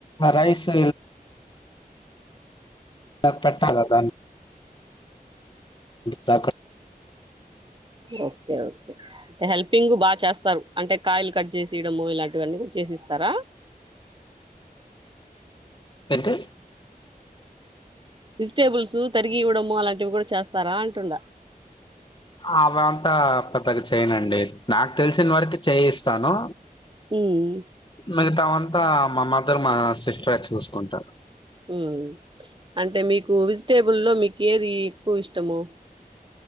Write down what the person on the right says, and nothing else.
ఓకే ఓకే అంటే హెల్పింగ్ బాగా చేస్తారు. అంటే కాయలు కట్ చేసియడము ఇలాంటివన్నీ కూడా ఇస్తారా
వెజిటేబుల్స్ తరిగి ఇవ్వడము అలాంటివి కూడా చేస్తారా అంటుండ?
ఉమ్
మ్ అంటే మీకు వెజిటేబుల్ లో మీకు ఏది ఎక్కువ ఇష్టము?